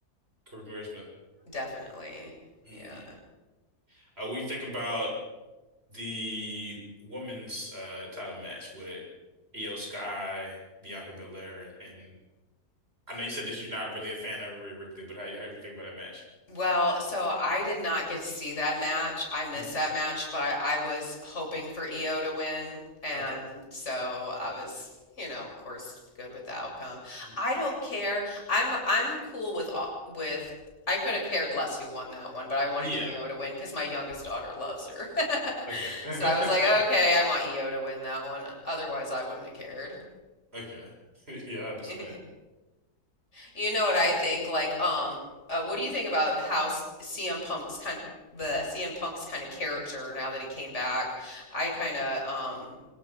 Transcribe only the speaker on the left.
Definitely.
Yeah.
Well, so I did not get to see that match. I missed
that match, but I was hoping for EO to win. And
so I was, you know, of course, good with the outcome.
I don't care. I'm I'm cool with all, with I could have cared less who won that one, but I wanted
EO to win because my youngest daughter loves her. <laughs>
So I was like, okay, I want EO to win that one. Otherwise, I wouldn't have cared.
<laughs> You know what I think? Like, um, uh, what do you think about how s- CM Punk's kind of the CM Punk's kind of character now that he came back? I kind of, um,